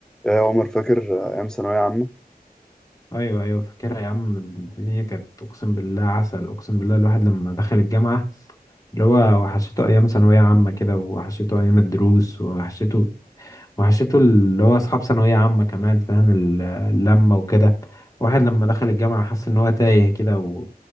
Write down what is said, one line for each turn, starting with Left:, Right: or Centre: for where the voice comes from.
Centre: يا عمر فاكر أيام ثانوية عامة؟
Left: ايوه ايوه فاكرها يا عم الدنيا كانت اقسم بالله عسل اقسم بالله الواحد لما دخل الجامعه اللي هو وحشته ايام ثانويه عامه كده وحشته ايام الدروس وحشته وحشته اللي هو اصحاب ثانويه عامه كمان فاهم ال- اللمه وكده واحد لما دخل الجامعه حس ان هو تايه كده و...